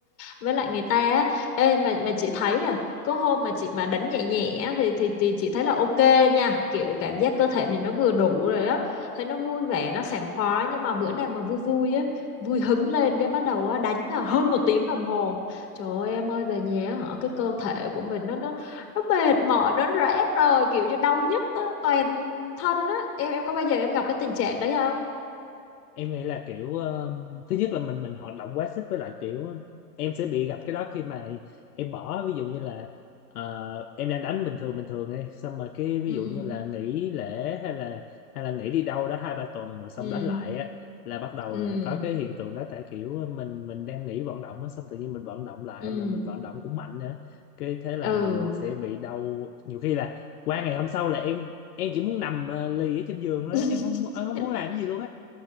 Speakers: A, on the left; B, on the left.
A: với lại người ta. ấy. Ê mà mà chị thấy nè, có hôm mà chị mà đánh nhẹ nhẹ á, thì thì thì chị thấy là ok nha, kiểu cảm giác cơ thể mình nó vừa đủ rồi á, thấy nó vui vẻ, nó sảng khoái nhưng mà bữa nào mà vui vui á, vui hứng lên cái bắt đầu á đánh là hơn một tiếng đồng hồ. Trời ơi em ơi về nhà á hả cái cơ thể của mình nó nó nó mệt mỏi nó rã rồi kiểu như đau nhức á, toàn thân á em em có bao giờ em gặp cái tình trạng đấy không
B: em nghĩ là kiểu ờ, thứ nhất là mình mình hoạt động quá sức với lại kiểu em sẽ bị gặp cái đó khi mà em bỏ ví dụ như là ờ, em đang đánh bình thường bình thường đi xong mà cái ví
A: ừ
B: dụ như là nghỉ lễ hay là hay là nghỉ đi đâu đó hai ba tuần rồi xong
A: ừ
B: đánh lại á là bắt đầu
A: ừ
B: là có cái hiện tượng đó tại kiểu ờ, mình mình đang nghỉ vận động á xong tự nhiên mình vận động lại
A: ừ
B: mà mình vận động cũng mạnh nữa cái thế là
A: ừ
B: mình sẽ bị đau nhiều khi là qua ngày hôm sau là em em chỉ muốn nằm ờ, lì ở trên giường thôi
A: <laughs>
B: á, em không em không muốn làm cái gì luôn á